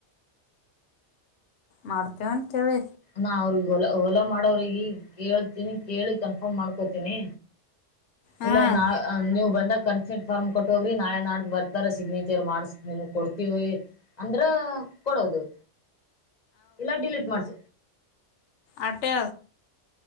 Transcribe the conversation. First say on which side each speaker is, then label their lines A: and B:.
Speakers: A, on the left; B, on the left.
A: ಮಾಡ್ತೇವಂತ ಹೇಳ
B: ನ ಅವ್ರಿಗೆ ಹೊಲ ಹೊಲ ಮಾಡೋವ್ರಿಗೆ ಈ ಕೇಳ್ತೀನಿ ಕೇಳಿ ಕನ್ಫರ್ಮ್ ಮಾಡ್ಕೋತೀನಿ
A: ಹಾಂ
B: ಇಲ್ಲ ನಾ ನೀವು ಬನ್ನಿ ಕನ್ಫೆಂಟ್ ಫಾರ್ಮ್ ಕೊಟ್ಟ ಹೋಗ್ರಿ ನಾಳೆ ನಾ ಬರ್ತಾರ ಸಿಗ್ನೇಚರ್ ಮಾಡಸ ನಿಮ ಕೊಡ್ತೀವಿ ಅಂದ್ರ ಕೊಡೋದು ಇಲ್ಲ ಡಿಲೀಟ್ ಮಾಡ್ಸಿ
A: ಆಟೆ